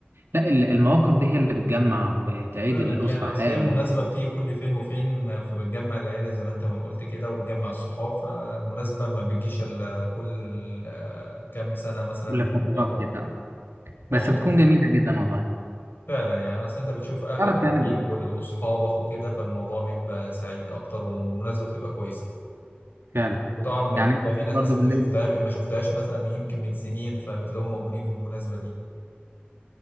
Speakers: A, on the right; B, on the left.
A: لا ال- المواقف دي هي اللي بتجمع وتعيد
B: فعلا
A: الأسرة
B: هي اصل
A: حياة
B: هي
A: ال-
B: مناسبه بتيجي كل فين وفين فبتجمع العيله زي ما انت ما قلت كده وبتجمع الصحاب فالمناسبه ما بتجيش الا كل آه، كام سنه مثلا
A: كل
B: ممكن
A: فترات
B: مره
A: كده
B: اه
A: بس بتكون جميلة جدا والله
B: فعلا يعني اصل انت بتشوف اهلك
A: تعرف
B: حواليك
A: يعني
B: وال- واصحابك وكده فالموضوع بيبقى سعيد اكتر والمناسبه بتبقى كويسه
A: فعلا
B: وطبعا بيبقى
A: يعني
B: في ناس
A: برضه
B: مثلا انت
A: بالنسبة
B: ما شفتها ما شفتهاش مثلا من- يمكن من سنين فبتلاقيهم موجودين في المناسبه دي